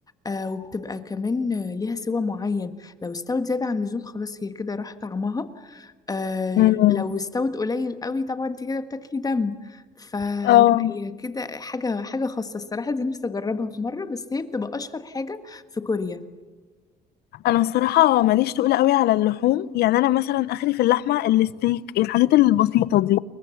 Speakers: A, on the left; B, on the left.
A: آه وبتبقى كمان آه، ليها سوى معين لو استوت زيادة عن اللزوم خلاص هي كده راح طعمها آه
B: أمم.
A: لو استوت قليل قوي طبعا انت كده بتاكلي دم فلا
B: اه
A: هي كده حاجة حاجة خاصة الصراحة دي نفسي أجربها في مرة بس هي بتبقى أشهر حاجة في كوريا
B: انا الصراحه ماليش تقول قوي على اللحوم يعني انا مثلا اخري في اللحمه الستيك الحاجات البسيطه دي